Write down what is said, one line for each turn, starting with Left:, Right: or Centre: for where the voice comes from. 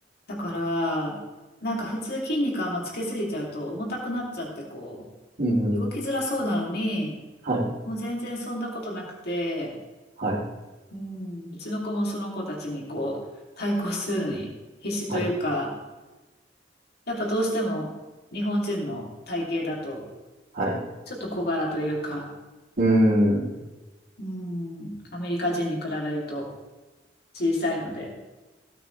Left: だから、なんか普通筋肉あんまつけすぎちゃうと重たくなっちゃってこ
Right: うんうん。
Left: う、動きづらそうなのに、
Right: はい。
Left: もう全然そんなことなくて、
Right: はい。
Left: うん、うちの子もその子たちにこう、対抗するのに必死というか、
Right: はい。
Left: やっぱどうしても日本人の体型だと、
Right: はい。
Left: ちょっと小柄というか、
Right: うーん。
Left: うん、アメリカ人に比べると小さいので、